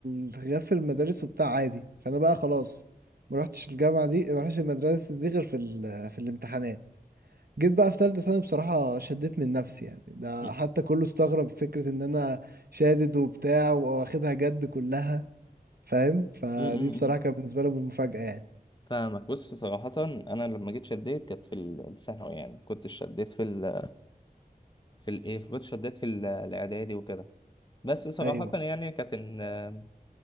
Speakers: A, on the right; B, on the left.
A: الغياب في المدارس وبتاع عادي فأنا بقى خلاص ما رحتش الجامعة دي ما رحتش المدرسة دي غير في ال... في الامتحانات جيت بقى في تالتة ثانوي بصراحة شديت من نفسي يعني ده
B: م-
A: حتى كله استغرب فكرة إن أنا شادد وبتاع وواخدها جد كلها فاهم فدي
B: م- م-
A: بصراحة
B: م.
A: كانت بالنسبة لهم المفاجأة يعني
B: فاهمك بص صراحه انا لما جيت شديت كانت في ال- الثانوي يعني كنت شديت في ال في الايه كنت شديت في ال- الاعدادي وكده بس صراحه
A: أيوه
B: يعني كانت إن-